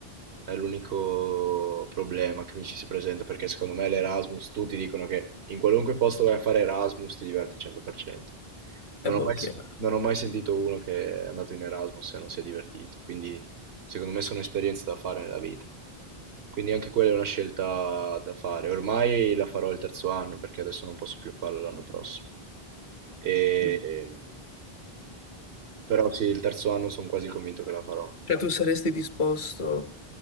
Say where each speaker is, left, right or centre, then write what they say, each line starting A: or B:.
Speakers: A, on the right (about 85°); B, on the left (about 50°).
A: è l'unico problema che mi ci si presenta perché secondo me l'Erasmus, tutti dicono che in qualunque posto vai a fare Erasmus ti diverti 100%.
B: è
A: Non
B: boh,
A: ho mai,
B: chiaro.
A: non ho mai sentito uno che è andato in Erasmus e non si è divertito, quindi secondo me sono esperienze da fare nella vita. Quindi anche quella è una scelta da fare. Ormai la farò il terzo anno perché adesso non posso più farlo l'anno prossimo. E-
B: Mm.
A: Però sì, il terzo anno sono quasi convinto che la farò.
B: Cioè, tu saresti disposto